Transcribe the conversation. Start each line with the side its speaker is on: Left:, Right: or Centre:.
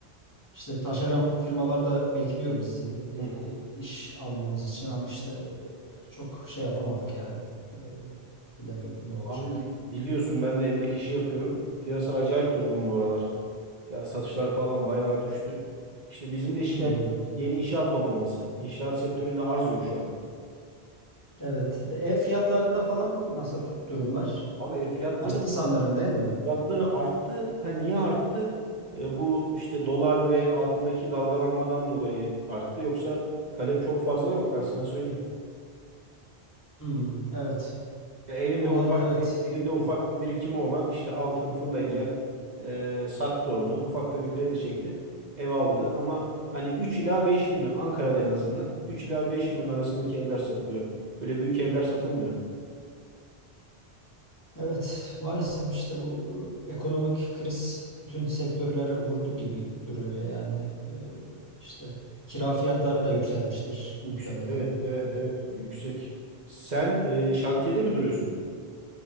Left: İşte taşeron firmalar da bekliyor bizi e,
Right: hı.
Left: iş almamız için ama işte e, çok şey yapamadık yani. E, bilemiyorum ne olacak.
Right: Abi bi- biliyorsun ben de emlak işi yapıyorum. Piyasa acayip durgun bu aralar. Ya satışlar falan bayağı düştü. İşte bizim de şikayetimiz
Left: Hmm.
Right: yeni inşaat olmaması. İnşaat sektöründe arz yok şu an.
Left: Evet. E, Ev fiyatlarında falan nasıl durumlar?
Right: Abi ev fiyatları
Left: Arttı sanırım değil mi?
Right: fiyatları arttı. Ha niye arttı? E, bu işte dolar ve altındaki dalgalanmadan dolayı arttı. Yoksa talep çok fazla yok ben sana söyleyeyim.
Left: Hmm. Evet.
Right: Ya elinde
Left: Dolar
Right: ufak
Left: da evet.
Right: bir elinde ufak
Left: Hı.
Right: bir birikimi olan işte altın fırlayınca e, sattı onu. Ufak da bir kredi çekti. Ev aldı ama hani üç ila beş milyon Ankara'da en azından 3 ila 5 milyon arasındaki evler satılıyor. Öyle büyük evler satılmıyor.
Left: Evet. Maalesef işte bu e, ekonomik kriz bütün sektörleri vurdu gibi duruyor yani. E, işte kira fiyatları da yükselmiştir
Right: Yüksek.
Left: muhtemelen.
Right: Evet,
Left: E,
Right: evet, evet. Yüksek. Sen e, şantiyede mi duruyorsun?